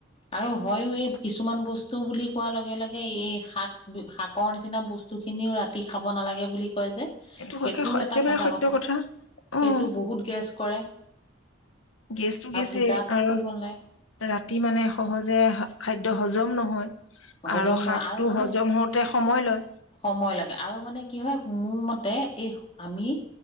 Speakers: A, on the left; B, on the left.
A: আৰু হয়ও এই কিছুমান বচ স্তু বুলি কোৱাৰ লগে-লগে এই শাক, শাকৰ নিচিনা বস্তুখিনিও ৰাতি খাব নালাগে বুলি কয় যে,
B: এইটো
A: সেইটোও
B: একে
A: এটা
B: একেবাৰে
A: সঁচা
B: সত্য
A: কথা। সেইটো
B: অ',
A: বহুত গেছ কৰে
B: গেছতো গেছে,
A: আৰু তিতাটো
B: আৰু
A: কৰিব নালাগে
B: ৰাতি মানে সহজে খাদ্য হ হজম নহয়।
A: হজম
B: আৰু
A: নহয়,
B: শাকটো
A: আৰু মানে,
B: হজম হওঁতে সময় লয়
A: সময় লাগে, আৰু মানে কি হয় মোৰ মত তে এই, আমি